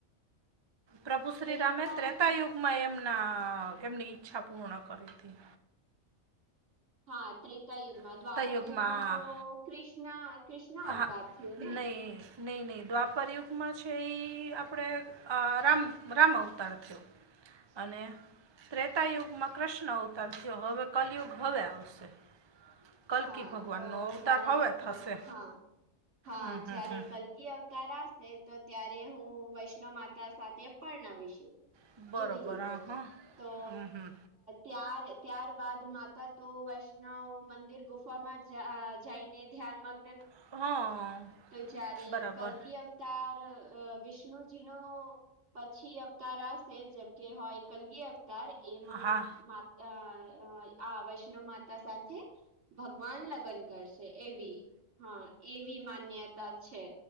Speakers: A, on the right; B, on the right.
A: પ્રભુ
B: ત્રેતા
A: શ્રી રામે ત્રેતાયુગમાં
B: યુગ
A: એમના એમની ઈચ્છા પૂર્ણ કરી હતી.
B: હા, ત્રેતાયુગમાં,
A: ત્રેતાયુગમાં
B: દ્વાપરયુગમાં તો ક્રષ્ણ ક્રષ્ણ અ આવતાર
A: હા
B: થયો
A: નહીં
B: ને.
A: નહીં, નહીં દ્વાપર યુગમાં છે, એ આપણે રામ રામ અવતાર થયો. અને ત્રેતાયુગમાં કૃષ્ણ અવતાર થયો, હવે કલયુગ હવે આવશે. કલકી
B: હા,
A: ભગવાનનો
B: તો
A: અવતાર
B: ચાલે,
A: હવે
B: હા,
A: થશે
B: હા. હા,
A: હમ હમ
B: જયારે
A: હમ
B: કલગી અવત આવશે, તો ત્યારે હું વૈષ્ણ માતા સાથે પણણ વિશું
A: બરોબર
B: એવી રીતે
A: હા હા
B: તો
A: હમ હમ
B: તાર ત્યાર બાદ માતા તો વૈષ્ણવ મંદિર ગુફામાં જઈને ધ્યાનમાંગ
A: <unintelligible>
B: તો જયારે
A: બરાબર
B: કલકી તાર વિષ્ણુજી ને, પછી અવતારશે, જેમ કે હોય. કલગી અવતાર એમાં.
A: હા
B: અ આ વૈષ્ણવ માતા સાથે ભગવાન લગ્ન કરશે, એવી હા, એવી માન્યતા છે.